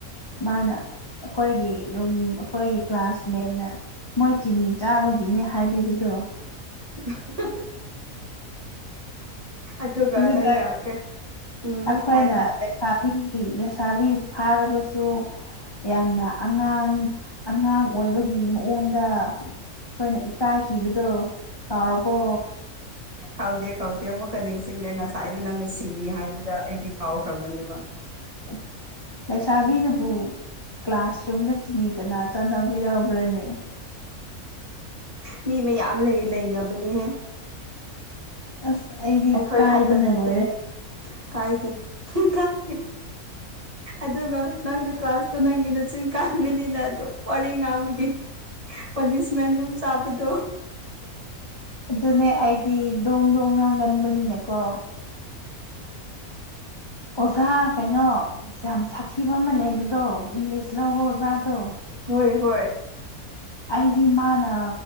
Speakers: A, on the left; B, on the right.
A: ꯃꯥꯅ ꯑꯩꯈꯣꯏꯒꯤ ꯔꯨꯝ ꯑꯩꯈꯣꯏꯒꯤ ꯀ꯭ꯂꯥꯁꯃꯦꯠꯅ ꯃꯣꯏ ꯆꯤꯅꯤ ꯆꯥꯕꯒꯤꯅꯦ ꯍꯥꯏꯕꯤꯕꯗꯣ
B: <unintelligible> ꯑꯗꯨꯒ
A: ꯑꯗꯨꯗ
B: ꯅꯪꯅ ꯀꯩ ꯎꯝ
A: ꯑꯩꯈꯣꯏꯅ
B: ꯍꯥꯏꯌꯣ
A: ꯕꯤ ꯂꯩꯁꯥꯕꯤ ꯐꯥꯔꯕꯁꯨ ꯌꯥꯝꯅ ꯑꯉꯥꯡ ꯑꯉꯥꯡ ꯑꯣꯏꯕꯒꯤ ꯃꯑꯣꯡꯗ ꯑꯩꯈꯣꯏꯅ ꯏꯀꯥꯏꯈꯤꯕꯗꯣ ꯀꯥꯎꯔꯕꯣ
B: ꯀꯥꯎꯗꯦ ꯀꯥꯎꯗꯦ ꯑꯃꯨꯛꯀ ꯅꯤꯡꯁꯤꯡꯉꯦ ꯉꯁꯥꯏꯗꯣ ꯅꯪꯅ ꯆꯤꯅꯤ ꯍꯥꯏꯕꯗꯣ ꯑꯩꯗꯤ ꯀꯥꯎꯈ꯭ꯔꯕꯅꯦꯕ
A: ꯑꯣ ꯂꯩꯁꯥꯕꯤꯅꯕꯨ ꯀ꯭ꯂꯥꯁꯔꯨꯝꯗ ꯆꯤꯅꯤ ꯀꯅꯥ ꯆꯥꯟꯅꯕ ꯌꯥꯎꯕ꯭ꯔꯅꯦ
B: ꯃꯤ ꯃꯌꯥꯝ ꯂꯩ ꯂꯩꯅꯕꯅꯦꯍꯦ
A: ꯑꯁ ꯑꯩꯗꯤ
B: ꯑꯩꯈꯣꯏ
A: ꯢꯀꯥꯏꯕꯅ
B: ꯈꯛꯇ ꯅꯠꯇꯦ
A: ꯂꯣꯏꯔꯦ
B: ꯀꯥꯏꯗꯦ ꯀꯥꯏꯗꯦ ꯑꯗꯨꯒ ꯅꯪꯅ ꯀ꯭ꯂꯥꯁ ꯑꯗꯣ ꯅꯪꯒꯤ ꯅꯆꯨꯤꯡ ꯀꯥꯟꯕꯅꯤꯅ ꯑꯗꯨꯝ ꯋꯥꯔꯤ ꯉꯥꯡꯕꯒꯤ ꯄꯅꯤꯁꯃꯦꯟ ꯑꯗꯨꯝ ꯆꯥꯕꯗꯣ
A: ꯑꯗꯨꯅꯦ ꯑꯩꯗꯤ ꯗꯣꯡ ꯗꯣꯡ ꯉꯥꯡꯒꯟꯕꯅꯤꯅꯀꯣ ꯑꯣꯖꯥ ꯀꯩꯅꯣ ꯌꯥꯝ ꯁꯥꯊꯤꯕ ꯑꯃ ꯂꯩꯕꯗꯣ ꯏꯪꯂꯤꯁ ꯂꯧꯕ ꯑꯣꯖꯥꯗꯣ
B: ꯍꯣꯏ ꯍꯣꯏ
A: ꯑꯩꯗꯤ ꯃꯥꯅ